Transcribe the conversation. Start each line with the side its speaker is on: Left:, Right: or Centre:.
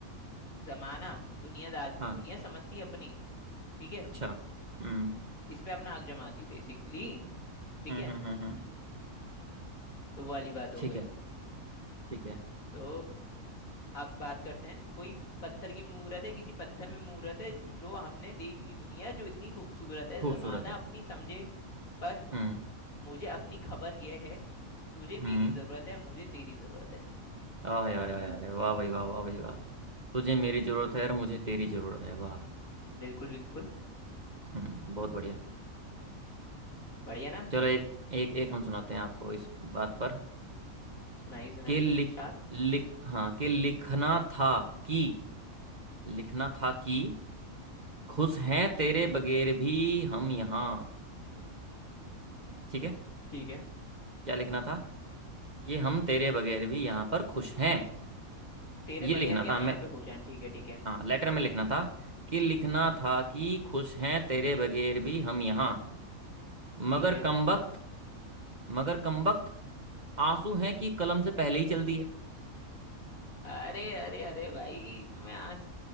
Left: जमाना दुनियादार
Right: हाँ
Left: दुनिया समझती है अपनी ठीक है
Right: अच्छा हम्म
Left: इस पे अपना हक जमाती बेसिकली ठीक
Right: हम्म
Left: है
Right: हम्म हम्म हम्म।
Left: तो वो वाली बात हो
Right: ठीक
Left: गई
Right: है ठीक है
Left: तो अब बात करते हैं कोई पत्थर की मूरत है किसी पत्थर में मूरत है जो हमने देख ली दुनिया जो इतनी खूबसूरत है
Right: खूबसूरत
Left: जमाना
Right: है
Left: अपनी समझे पर
Right: हम्म
Left: मुझे अपनी खबर यह है तुझे
Right: हम्म
Left: मेरी जरूरत है मुझे तेरी जरूरत है
Right: आय आय आय आय, वाह भाई वाह वाह भाई वाह तुझे मेरी जरूरत है और मुझे तेरी जरूरत है वाह
Left: बिल्कुल बिल्कुल
Right: हम्म बहुत बढ़िया
Left: बढ़िया ना
Right: चलो एक एक एक हम सुनाते हैं आपको इस बात पर
Left: सुनाइए सुनाइए
Right: के लिख
Left: इरशाद
Right: लिख हाँ के लिखना था कि लिखना था कि खुश हैं तेरे बगैर भी हम यहाँ ठीक है
Left: ठीक है
Right: क्या लिखना था कि हम तेरे बगैर भी यहाँ पर खुश हैं
Left: तेरे
Right: ये लिखना
Left: बगैर भी हम
Right: था हमें
Left: यहाँ पे खुश हैं ठीक है ठीक है
Right: हाँ लेटर में लिखना था कि लिखना था कि खुश हैं तेरे बगैर भी हम यहाँ
Left: ठीक
Right: मगर
Left: है
Right: कमबख्त मगर कमबख्त आंसू हैं कि कलम से पहले ही चल दिए
Left: अरे अरे अरे भाई तुम्हें आंस